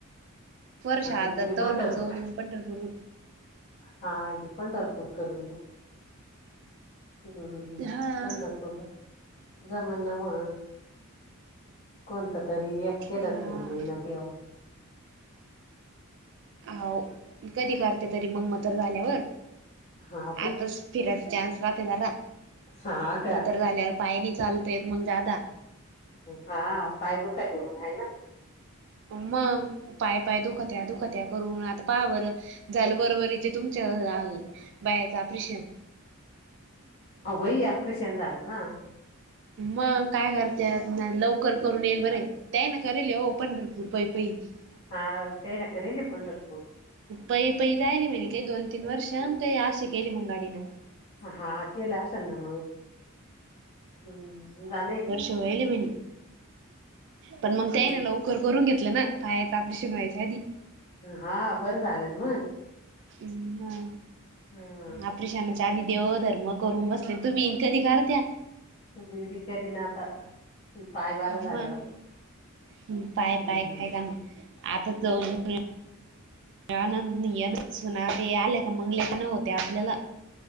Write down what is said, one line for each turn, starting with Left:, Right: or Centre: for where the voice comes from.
Right: पोर शाळेत
Left: हा मग
Right: जातात
Left: घे
Right: तोवर
Left: पंढरपूर
Right: जाऊन येऊ पंढरपूरला
Left: हा पंढरपुर करुन हं
Right: हा
Left: पंढरपूर जमाना मग कोणतं तरी एक
Right: हा
Left: केलं तर होऊन जाईन देव
Right: हो कधी करते तरी मग मग म्हातारी झाल्यावर?
Left: हा बाई
Right: आताच फिरायचा चान्स राहतोजरा
Left: हा का
Right: म्हातार झाल्यावर पाय नाही चालतय येत मग ज्यादा
Left: हा पाय दुखाते मग आहे ना
Right: मग पाय पाय दुखत्या दुखत्या करून आता पहा बर झालं बरोबरीचे तुमच्या बायांच ऑपरेशन
Left: हो बाई ऑपरेशन झालं ना?
Right: मग काय करते लवकर करून येईल बरं त्यान करायले हो ओ पंढरपूर पाई पाई <unintelligible>
Left: ह तेहना करेल हे पंढरपूर
Right: पै पै जायले म्ह काही दोन तीन वर्ष काही असे केले मग गाडीनं
Left: हा केले अस ना मग, हम् जाण
Right: त अवेलेबल, पण
Left: हम्म
Right: मग काय ये ना लवकर करून घेतलं ना. पायाच ऑपरेशन व्हायच्या आधी.
Left: हा बरं झालं न मग.
Right: हम हा.
Left: आ.
Right: ऑपरेशनच्या आधी देवधर्म करूण बसले तुम्ही कधी करत्या?
Left: मीबी करीन न आता, पायबरा झाल्यावर.
Right: मग पाय
Left: हम्म
Right: पाय काय कारण, आता जाऊन ये आनंद निया न सुना बी आल्या का मंग लेक न होते आपल्याला,